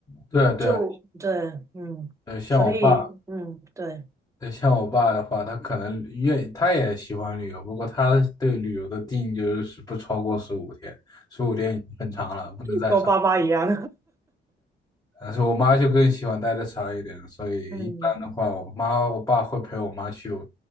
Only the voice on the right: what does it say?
就对，嗯，
所以嗯，对，
跟我爸妈一样，
<laughs> 嗯，